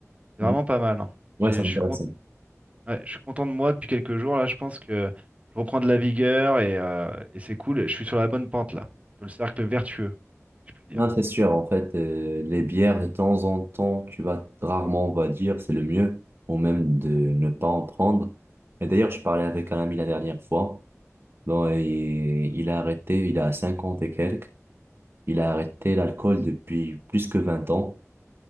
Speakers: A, on the right (about 25°); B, on the right (about 50°).
A: C'est
B: Mm.
A: vraiment pas mal. hein.
B: Ouais,
A: J'ai-
B: ça m'intéresse.
A: Je suis cont- ouais, je suis content de moi depuis quelques jours, là, je pense que je reprends de la vigueur et, euh, et c'est cool. Je suis sur la bonne pente, là, sur le cercle vertueux, si je puis dire.
B: Non, c'est sûr. En fait, euh, les bières, de temps en temps, tu vas rarement, on va dire, c'est le mieux, ou même de ne pas en prendre. Et d'ailleurs, je parlais avec un ami la dernière fois. Bon, et il a arrêté, il a 50 et quelques. Il a arrêté l'alcool depuis plus que 20 ans.